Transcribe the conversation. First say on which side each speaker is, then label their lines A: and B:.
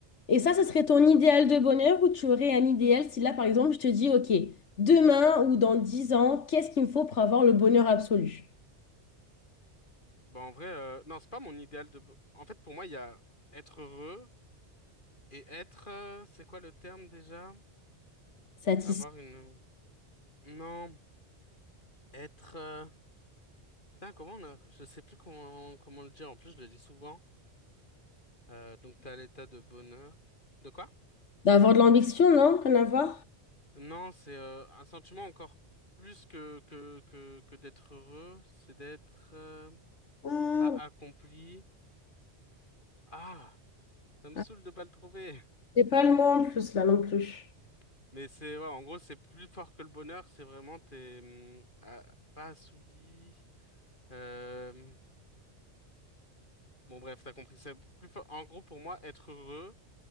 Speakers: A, on the left; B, on the left.
A: Et ça, ce serait ton idéal de bonheur ou tu aurais un idéal si là, par exemple, je te dis, OK, demain ou dans 10 ans, qu'est-ce qu'il me faut pour avoir le bonheur absolu?
B: Bah, en vrai, euh, non, c'est pas mon idéal de. bo- En fait, pour moi, il y a être heureux. Et être, euh, c'est quoi le terme déjà?
A: Satisfait.
B: Avoir une... Non, être... euh, Putain, comment on a... Je sais plus comment, comment le dire, en plus je le dis souvent. Euh, donc t'as l'état de bonheur. De quoi?
A: D'avoir de l'ambition, non? Rien à voir?
B: Non, c'est euh, un sentiment encore plus que, que, que, que d'être heureux, c'est d'être euh,
A: Ah,
B: pas accompli. Ah, ça me
A: ah,
B: saoule de pas le trouver.
A: j'ai pas le mot en plus là non plus.
B: <laughs> Mais c'est, ouais, en gros, c'est plus fort que le bonheur, c'est vraiment t'es hum, ah, pas assouvi. Euh, Bon bref, t'as compris. C'est plus fa- En gros, pour moi, être heureux,